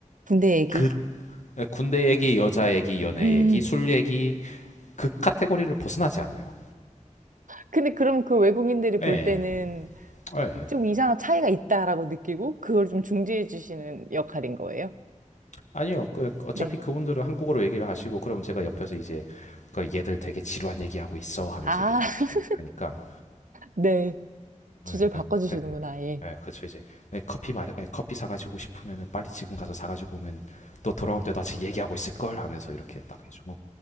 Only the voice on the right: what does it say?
군대 얘기.
음.
근데 그럼 그 외국인들이 볼
때는
좀 이상한 차이가 있다라고 느끼고 그걸 좀 중재해 주시는 역할인 거예요?
네.
아,
<laughs>
네. 주제를
바꿔주시는구나,
아예.